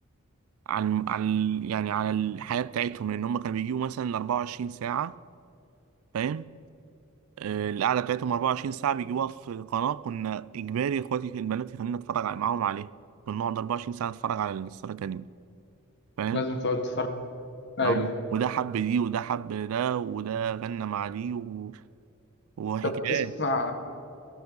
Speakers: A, on the right; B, on the left.
A: على الم- على ال- يعني على الحياة بتاعتهم لأن هم كانوا بيجيبوا مثلا 24 ساعة فاهم آه، القعدة بتاعتهم 24 ساعة بيجيبوها في القناة كنا إجباري إخواتي البنات يخلينا نتفرج على- معاهم عليه كنا نقعد 24 ساعة نتفرج على الستار أكاديمي فاهم
B: لازم تقعد تتفرج ايوه
A: نعم. وده حب دي وده حب ده وده غنى مع دي و... وحكايات
B: انت بتسمع